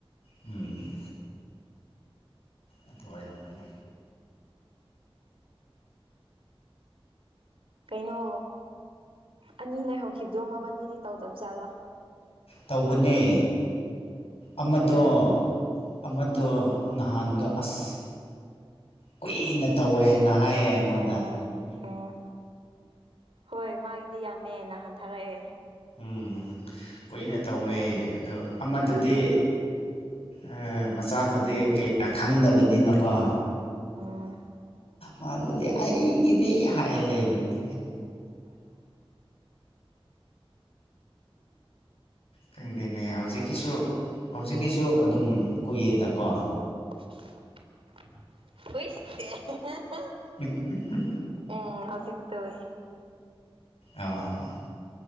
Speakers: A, on the left; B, on the right.
A: ꯎꯝ ꯑꯗꯨ ꯑꯣꯏꯔꯝꯒꯅꯤ
B: ꯀꯩꯅꯣ ꯑꯅꯤ ꯂꯩꯍꯧꯈꯤꯕꯗꯣ ꯃꯕꯥꯅꯤꯗꯤ ꯇꯧꯗꯕꯖꯥꯠꯂꯣ
A: ꯇꯧꯕꯅꯦ ꯑꯃꯗꯣ
B: ꯎꯝ
A: ꯑꯃꯗꯣ ꯅꯍꯥꯟꯗꯣ ꯑꯁ ꯀꯨꯏꯅ ꯇꯧꯋꯦ ꯅ ꯍꯥꯏꯌꯦ ꯑꯩꯉꯣꯟꯗ
B: ꯎꯝ ꯎꯝ ꯍꯣꯏ ꯃꯥꯒꯤꯗꯤ ꯌꯥꯝꯃꯦ ꯅꯍꯥꯟꯊꯥꯔꯛꯑꯦ
A: ꯎꯝ ꯀꯨꯏꯅ ꯇꯧꯋꯦ ꯑꯗꯣ ꯑꯃꯗꯨꯗꯤ ꯑ ꯃꯆꯥꯗꯨꯗꯤ ꯀꯌꯥ ꯈꯪꯗꯕꯅꯤꯅꯀꯣ
B: ꯎꯝ
A: ꯃꯥꯗꯨꯗꯤ ꯑꯩꯒꯤꯗꯤ ꯍꯥꯏ ꯂꯩꯕꯅꯦ ꯈꯪꯗꯦꯅꯦ ꯍꯧꯖꯤꯛꯀꯤꯁꯨ ꯍꯧꯖꯤꯛꯀꯤꯁꯨ ꯑꯗꯨꯝ ꯀꯨꯏꯌꯦꯗꯀꯣ
B: ꯍꯨꯁꯇꯦ
A: ꯍ
B: ꯎꯪ ꯍꯧꯖꯤꯛ ꯈꯛꯇ ꯎꯏ
A: ꯑꯣ